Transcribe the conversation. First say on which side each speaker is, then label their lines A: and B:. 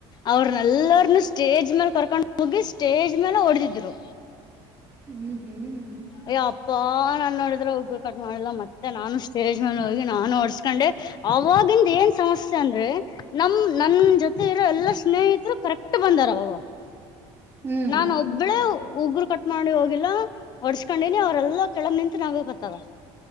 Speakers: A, on the left; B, on the right.
A: ಅವ್ರನೆಲ್ಲರನು ಸ್ಟೇಜ್ ಮೇಲೆ ಕರ್ಕೊಂಡ್ ಹೋಗಿ ಸ್ಟೇಜ್ ಮೇಲೆ ಹೊಡೆದಿದ್ರು
B: ಹ್ಮ್ ಹ್ಮ್
A: ಅಯ್ಯ ಅಪ್ಪಾ ನಾನ ನೋಡಿದ್ರೆ ಉಗರ ಕಟ್ ಮಾಡಿಲ್ಲ ಮತ್ತೆ ನಾನು ಸ್ಟೇಜ್ ಮೇಲೆ ಹೋಗಿ ನಾನು ಹೊಡಸ್ಕೊಂಡೆ ಅವಾಗಿಂದ ಏನ್ ಸಮಸ್ಯೆ ಅಂದ್ರೆ ನಮ ನಮ್ಮ ನನ್ ಜೊತೆ ಇರೋ ಎಲ್ಲಾ ಸ್ನೇಹಿತರು ಕರೆಕ್ಟ ಬಂದಾರ ಅವಾಗ
B: ಹ್ಮ್
A: ನಾನ ಒಬ್ಬ ಒಬ್ಬಳ ಉಗರು ಕಟ್ ಮಾಡಿ ಹೋಗಿಲ್ಲ ಒಡಸ್ಕೊಂಡಿನಿ ಅವ್ರಲ್ಲಾ ಕೆಳಗ ನಿಂತ ನಗಕತ್ತರಾ.